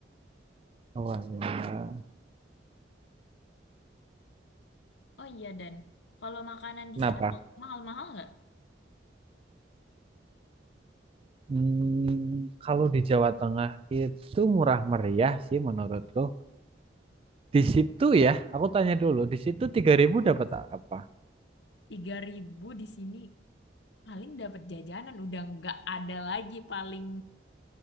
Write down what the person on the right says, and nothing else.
Oh ya.
Kenapa?
Hmm, kalau di Jawa Tengah itu murah meriah sih menurutku. Di situ ya, aku tanya dulu, di situ tiga ribu dapat apa?